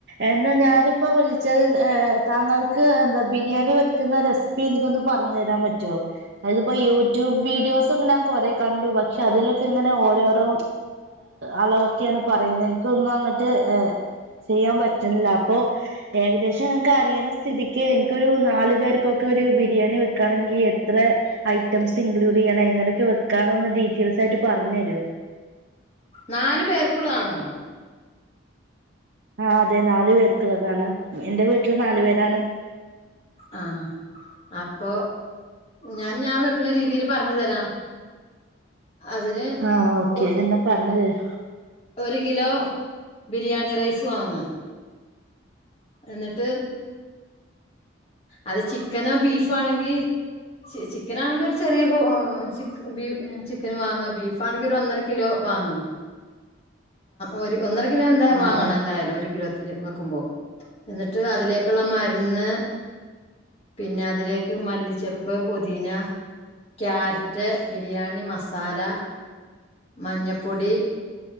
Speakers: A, on the right; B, on the left.
A: എന്നാ ഞാനിപ്പോ വിളിച്ചത് ഏ താങ്കൾക്ക് എന്താ ബിരിയാണി വെക്കുന്നറെസി ഇപ്പ എനിക്കൊന്ന് പറഞ്ഞു തരാൻ പറ്റുവോ? അതിപ്പോ യൂട്യൂബ് വീഡിയോസൊക്കെ ഞാൻ കൊറെ കണ്ടു പക്ഷെ അതിലൊക്കെ ഇങ്ങനെ ഓരോരോ അളവെക്കെയാണ് പറയുന്നത് എനിക്കൊന്നും അങ്ങട്ട് ചെയ്യാൻ പറ്റണില്ല അപ്പൊ ഏകദേശം നിങ്ങക്ക് അറിയണ സ്ഥിതിക്ക് എനിക്കൊരു നാലു പേർക്കൊക്കെ ഒരു ബിരിയാണി വെക്കാണെങ്കി എത്രെ ഐറ്റംസ് ഇൻക്ലൂഡെയ്യണം എങ്ങനെ ഒക്കെ വെക്കാന്ന് ഒന്ന് ഡീറ്റെൽസ് ആയിട്ട് പറഞ്ഞെരുവോ?
B: നാല് പേർക്കുള്ളതാണോ?
A: ആഹ് അതെ നാലു പേർക്കുള്ളതാണ് എന്റെ വീട്ടില് നാലു പേരാണ്.
B: ആഹ് അപ്പ ഞാൻ ഞാൻ വെക്കണ രീതീല് പറഞ്ഞു തരാം. അതിന്
A: ആഹ് ഓക്കേ
B: ഒ
A: എന്നാ പറഞ്ഞു തരൂ.
B: ഒരു കിലോ ബിരിയാണി റൈസ് വാങ്ങ. എന്നിട്ട് അത് ചിക്കനോ ബീഫാണെങ്കി ച്ച് ചിക്കനാണെങ്കി ഒരു ചെറിയ കൊ ച്ച് ബീഫ്‌ ചിക്കന് വാങ്ങ ബീഫണെങ്കിൽ ഒരു ഒന്നര കിലോ വാങ്ങ. ഒരു ഒന്നര കിലോ എന്തായും
A: ആഹ്
B: വാങ്ങണം
A: ആഹ്
B: എന്തായാലും ഒരു കിലോ വെക്കുമ്പോ എന്നിട്ട് അതിലേക്കുള്ള മരുന്ന് പിന്നെ അതിലേക്ക് മല്ലിച്ചപ്പ്, പൊതീന ക്യാരറ്റ്, ബിരിയാണി മസാല മഞ്ഞപ്പൊടി